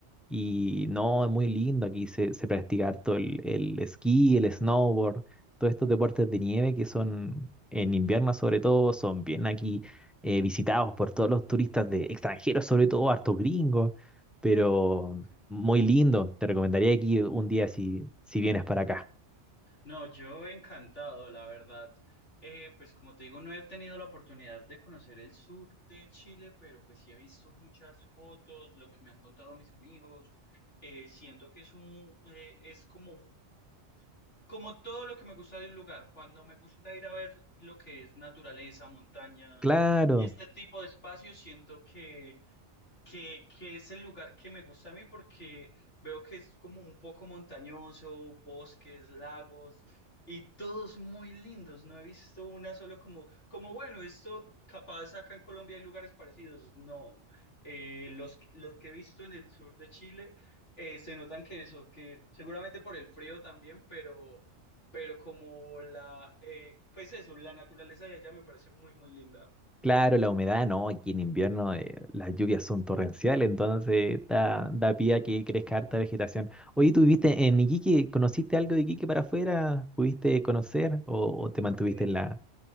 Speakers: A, in the centre; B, on the left.
A: y no, es muy lindo, aquí se, se practica harto el, el esquí, el snowboard, todos estos deportes de nieve que son en invierno sobre todo, son bien aquí eh, visitados por todos los turistas de extranjeros, sobre todo hartos gringos, pero...
B: ok.
A: Muy lindo, te recomendaría aquí un día si, si vienes para acá.
B: No, yo encantado, la verdad. Eh, pues como te digo, no he tenido la oportunidad de conocer el sur de Chile, pero pues sí he visto muchas fotos, lo que me han contado mis amigos. Eh, siento que es un, eh, es como, un- como todo lo que me gusta de un lugar. Cuando me gusta ir a ver lo que es naturaleza, montañas
A: Claro,
B: y este tipo de espacios, siento que que, que es el lugar que me gusta a mí porque veo que es como un poco montañoso, bosques, lagos y todos muy lindos. No he visto una solo como, como bueno, esto capaz acá en Colombia hay lugares parecidos. No, Eh, los, los que he visto en el sur de Chile eh, se notan que eso, que seguramente por el frío también, pero, pero como la, eh, pues eso, la naturaleza de allá me parece muy, muy linda.
A: claro, la humedad, no, aquí en invierno eh, las lluvias son torrenciales, entonces da, da pie a que crezca harta vegetación. Oye, ¿tú viviste en Iquique? ¿Conociste algo de Iquique para afuera? ¿Pudiste conocer o, o te mantuviste
B: Eh,
A: en la,